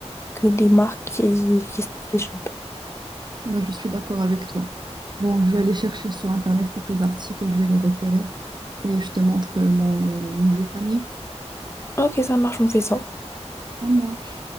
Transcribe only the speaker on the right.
Bah, je suis d'accord avec toi. Bon, je vais aller chercher sur Internet quelques articles, je vais les repérer et je te montre euh, mon nouveau panier.
À